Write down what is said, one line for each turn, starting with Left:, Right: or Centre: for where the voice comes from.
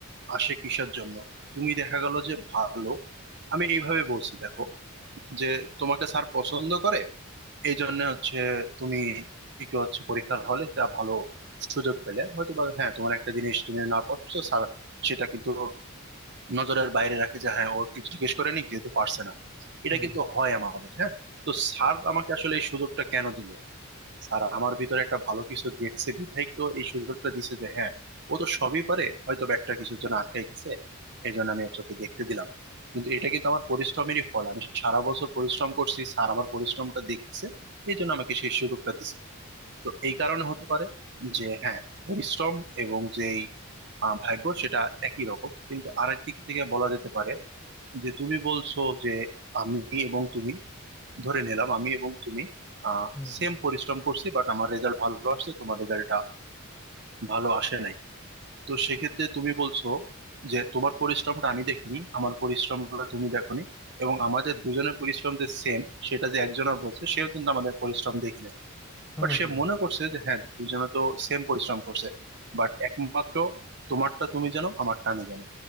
Right: আসে কিসের জন্য তুমি দেখা গেল যে ভালো আমি এইভাবে বলছি দেখো যে তোমাকে স্যার পছন্দ করে এই জন্য হচ্ছে তুমি একটু হচ্ছে পরীক্ষার হলে একটা ভালো সুযোগ পেলে হয়তো বা হ্যাঁ তোমার একটা জিনিস তুমি না পারছো স্যার সেটা কিন্তু নজরের বাইরে রাখে যে হ্যাঁ ও একটু জিজ্ঞেস করে নিক যেহেতু পারছে না এটা
Centre: হুম
Right: কিন্তু হয় আমাদের হ্যাঁ তো স্যার আমাকে আসলে এই সুযোগটা কেন দিল স্যার আমার ভিতরে একটা ভালো কিছু দেখছে বিধায় তো এই সুযোগটা দিছে যে হ্যাঁ ও তো সবই পারে হয়তো বা একটা কিছুর জন্য আটকাই গেছে এই জন্য আমি ওকে দেখতে দিলাম কিন্তু এটা কিন্তু আমার পরিশ্রমেরই ফল আমি সারা বছর পরিশ্রম করছি স্যার আমার পরিশ্রমটা দেখছে এই জন্য আমাকে সেই সুযোগটা দিছে তো এই কারণে হতে পারে যে হ্যাঁ পরিশ্রম এবং যেই আহ, ভাগ্য সেটা একই রকম কিন্তু আরেক দিক থেকে বলা যেতে পারে যে তুমি বলছো যে আমি এবং তুমি ধরে নিলাম আমি এবং তুমি আহ
Centre: হুম
Right: সেম
Centre: হুম
Right: পরিশ্রম করছি বাট আমার রেজাল্ট ভালো আসছে তোমার রেজাল্টটা ভালো আসে নাই তো সেক্ষেত্রে তুমি বলছো যে তোমার পরিশ্রমটা আমি দেখিনি আমার পরিশ্রমটা তুমি দেখোনি এবং আমাদের দুজনের পরিশ্রম যে সেম সেটা যে একজনের বলছে সেও কিন্তু আমাদের পরিশ্রম দেখিনি
Centre: হুম
Right: বাট সে
Centre: হুম
Right: মনে করছে যে হ্যাঁ দুজনে তো সেম পরিশ্রম করছে বাট একমাত্র তোমারটা তুমি জানো আমারটা আমি জানি